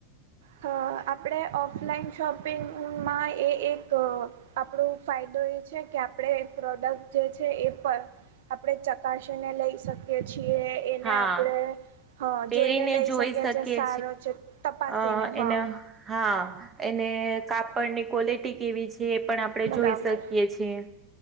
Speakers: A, on the right; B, on the right.
A: હ આપણે ઓફલાઈન શોપિંગમાં એએ એક આપણો ફાયદો એ છે કે આપણે પ્રોડક્ટ જે છે એ પર આપણે ચકાસીને લઈ શકીએ છીએ એને
B: હા
A: આપણેે હા
B: પહેરીને
A: જોઈને લઈ
B: જોઈ
A: શકે
B: શકીએ
A: છે સારો છે તપાસીને
B: અ
A: હા
B: એના હા એને કાપડની ક્વોલિટી કેવી છે એ પણ આપણે
A: બરાબર
B: જોઈ શકીએ છીએ.